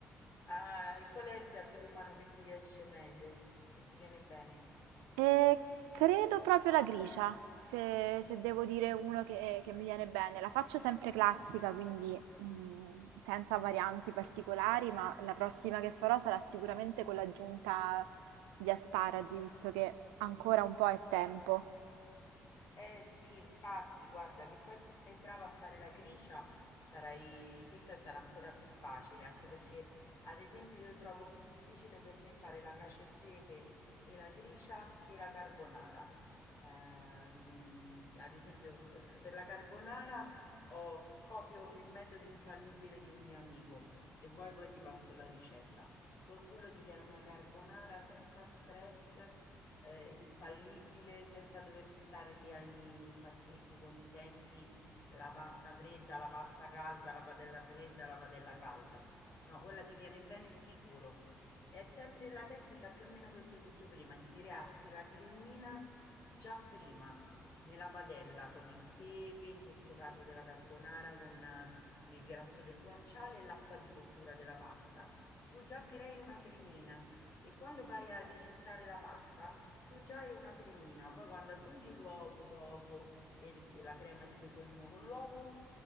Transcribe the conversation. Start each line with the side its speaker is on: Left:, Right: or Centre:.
Left: Ah, e qual è il piatto romano che ti riesce meglio, che ti viene bene?
Right: Eh, credo proprio la grigia, se, se devo dire uno che, che mi viene bene. La faccio sempre classica, quindi mm, senza varianti particolari, ma la prossima che farò sarà sicuramente con l'aggiunta di asparagi, visto che ancora un po' è tempo.
Left: Eh sì, infatti, guarda che poi se sei brava a fare la gricia, sarai... questa sarà ancora più facile, anche perché ad esempio io trovo più difficile per me fare la cacio e pepe e la gricia che la carbonara. Ehm, ad esempio per la carbonara ho- copio il metodo infallibile di un mio amico, se vuoi poi ti passo la ricetta. Con quello ti viene una carbonara senza stress ehm, infallibile senza dover stare lì a impazzirti con i tempi, la pasta fredda, la pasta calda, la padella fredda, la padella calda. No, quella ti viene bene sicuro. È sempre la tecnica più o meno che ti ho detto prima, di crearti la cremina già prima nella padella con il pepe, in questo caso della carbonara, con eh, il grasso del guanciale e l'acqua di cottura della pasta. Tu già crei una cremina e quando vai a risottare la pasta, tu già hai una cremina, poi quando aggiungi l'uovo dopo e il- la crema di pecorino con l'uovo,